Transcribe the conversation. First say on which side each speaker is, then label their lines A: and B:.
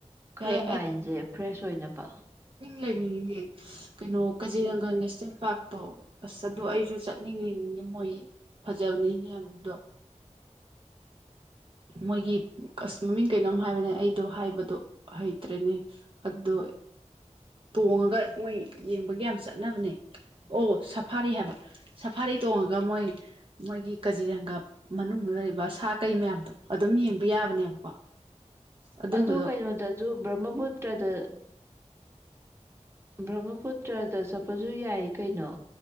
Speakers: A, on the right (about 20°); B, on the right (about 45°).
A: ꯈꯔ
B: ꯌꯥꯏ
A: ꯃꯥꯏꯟꯁꯦ ꯐ꯭ꯔꯦꯁ ꯑꯣꯏꯅꯕ
B: ꯂꯩꯅꯤꯡꯉꯤꯅꯦ ꯀꯩꯅꯣ ꯀꯖꯤꯔꯪꯒ ꯅꯦꯁꯅꯦꯜ ꯄꯥꯔꯛꯇꯣ ꯑꯁ ꯑꯗꯨ ꯑꯩꯁꯨ ꯆꯠꯅꯤꯡꯉꯤꯅꯦ ꯃꯣꯏ ꯐꯖꯕꯅꯤꯅꯦ ꯑꯗꯨꯗꯣ ꯃꯣꯏꯒꯤ ꯃꯃꯤꯡ ꯀꯩꯅꯣꯝ ꯍꯥꯏꯕꯅꯦ ꯑꯩꯗꯣ ꯍꯥꯏꯕꯗꯣ ꯍꯩꯇ꯭ꯔꯦꯅꯦ ꯑꯗꯨꯣ ꯇꯣꯡꯉꯒ ꯃꯣꯏ ꯌꯦꯡꯕꯒꯤ ꯌꯥꯝ ꯆꯠꯅꯕꯅꯦ ꯑꯣ ꯁꯐꯥꯔꯤ ꯍꯥꯏꯕ ꯁꯐꯥꯔꯤ ꯇꯣꯡꯉꯒ ꯃꯣꯏ ꯃꯣꯏꯒꯤ ꯀꯖꯤꯔꯪꯒ ꯃꯅꯨꯡꯗ ꯂꯩꯔꯤꯕ ꯁꯥ ꯀꯩ ꯃꯌꯥꯝꯗꯣ ꯑꯗꯨꯝ ꯌꯦꯡꯕ ꯌꯥꯕꯅꯦꯕꯀꯣ ꯑꯗꯨꯝꯕꯗꯣ
A: ꯑꯗꯨ ꯀꯩꯅꯣꯗꯁꯨ ꯕ꯭ꯔꯃꯄꯨꯇ꯭ꯔꯗ ꯕ꯭ꯔꯃꯄꯨꯇ꯭ꯔꯗ ꯆꯠꯄꯁꯨ ꯌꯥꯏ ꯀꯩꯅꯣ